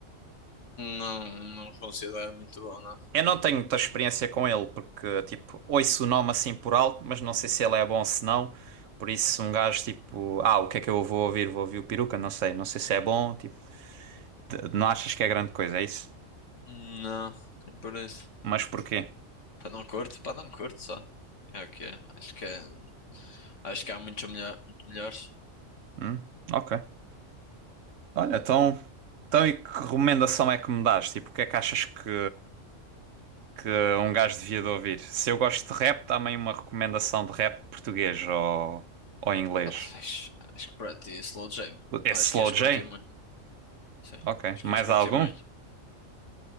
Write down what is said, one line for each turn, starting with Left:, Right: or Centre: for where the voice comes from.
Left: Não, não considero muito bom, não.
Right: Eu não tenho muita experiência com ele, porque, tipo, ouço o nome assim por alto, mas não sei se ele é bom ou se não. Por isso, um gajo, tipo, ah, o que é que eu vou ouvir? Vou ouvir o Peruca? Não sei, não sei se é bom, tipo, t- não achas que é grande coisa, é isso?
Left: Não, nem por isso.
Right: Mas porquê?
Left: Para não curto, para não curto só. É o que é. Acho que, é- acho que há muitos melhor, muito melhores.
Right: Hum, ok. Olha, então, então e que recomendação é que me dás? Tipo, o que é que achas que, que um gajo devia de ouvir? Se eu gosto de rap, dá-me aí uma recomendação de rap português ou, ou inglês.
Left: Pá, acho, acho que para ti, Slow J, meu.
Right: Esse
Left: acho
Right: Slow
Left: que ias
Right: J?
Left: curtir muito. Sim,
Right: Ok.
Left: acho
Right: Mais
Left: que ias curtir
Right: algum?
Left: muito.